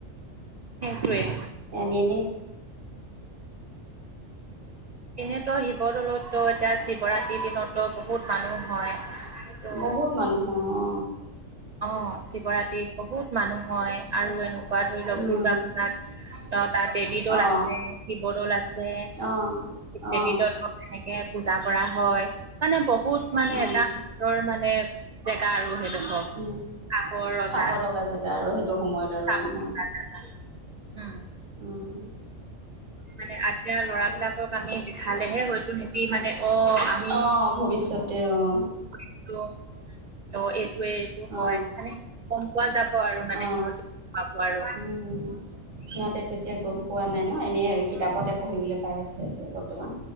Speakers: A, on the right; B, on the right.
A: সেইটোৱে
B: জানে নে
A: এনেতো শিৱদৌলততো এতিয়া শিৱৰাত্ৰিৰ দিনততো বহুত মানুহ হয় ত'
B: বহুত মানুহ হয় অ
A: অ শিৱৰাত্ৰিত বহুত মানুহ হয় আৰু এনেকুৱা ধৰি লওক
B: উম
A: দুৰ্গা পূজাত ত তাত দেৱী দৌল
B: অ
A: আছে শিৱদৌল আছে
B: অ অ
A: দেবী দৌল এনেকে পূজা কৰা হয় মানে বহুত মানে
B: অ
A: এটা ধৰ মানে জেগা আৰু সেইডোখৰ
B: উম
A: আগৰ ৰজা
B: চাব লগা জেগা আৰু সেইটো সময়ত আৰু
A: চাব
B: ন
A: <unintelligible> উম,
B: উম
A: মানে আগে লৰাবিলাকক আমি দেখালেহে হয়তো কি মানে অহ আমি
B: অ ভৱিষ্যতে অ
A: এইটো ত এইটোৱে এইটো হয়
B: অ
A: মানে গম পোৱা যাব আৰু মানে
B: অ
A: সিহঁতি পাব আৰু
B: উম সিহঁতেতো এতিয়া গম পোৱা নাই ন এনেই কিতাপতে পঢ়িবলৈ পাই আছে এতিয়া বৰ্তমান